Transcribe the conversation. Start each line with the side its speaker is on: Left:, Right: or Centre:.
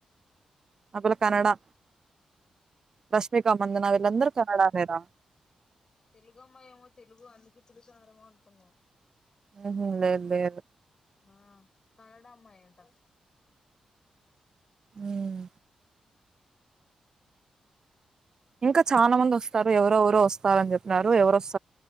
Right: ఆ పిల్ల కన్నడా రష్మికమందన వీళ్లందరు కన్నడానే రా
Left: తెలుగమ్మయేమో తెలుగు అందుకి పృచారం అనుకున్నాం
Right: ఉహు లేద్ లేేదు
Left: ఆ కన్నడ అమ్మాయంట
Right: ఊమ్ ఇంకా చానా మంది ఒస్తారు ఎవరెవరు ఒస్తారని చెప్పినారు ఎవరు ఓస్